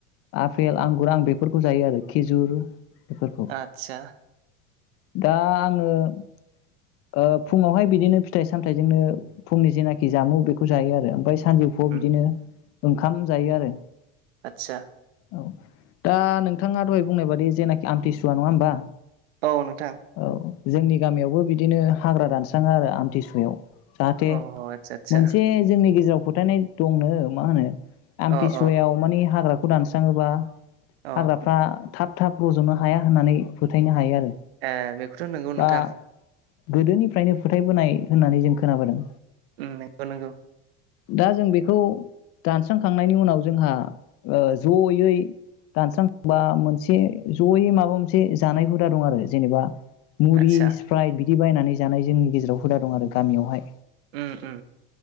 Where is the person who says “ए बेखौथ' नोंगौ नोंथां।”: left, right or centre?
Right